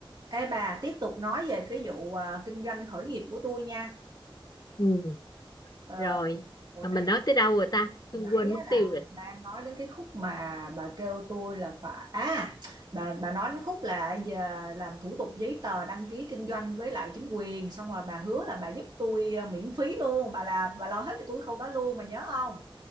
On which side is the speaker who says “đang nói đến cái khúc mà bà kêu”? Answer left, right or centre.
Right